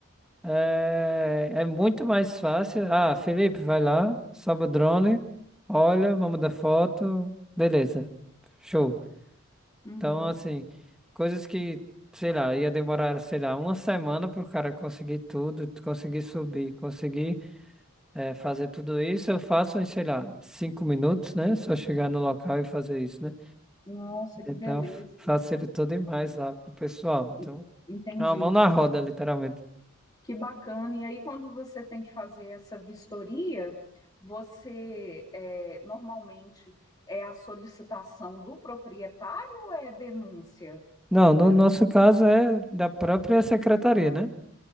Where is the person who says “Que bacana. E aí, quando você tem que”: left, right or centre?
Left